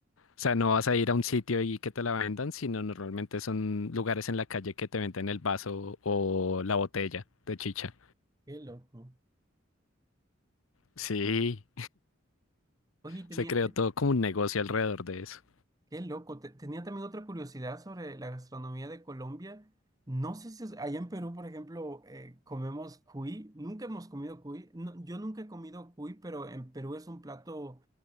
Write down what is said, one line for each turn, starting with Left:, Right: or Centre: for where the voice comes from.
Left: O sea, no vas a ir a un sitio y que te la vendan, sino normalmente son lugares en la calle que te venden el vaso o la botella de chicha.
Right: qué loco.
Left: Sí,
Right: Oye, tenía,
Left: se creó todo como un negocio alrededor de eso.
Right: Qué loco. Te- tenía también otra curiosidad sobre la gastronomía de Colombia. No sé si es- allá en Perú, por ejemplo, eh, comemos cuy. Nunca hemos comido cuy. No, yo nunca he comido cuy, pero en Perú es un plato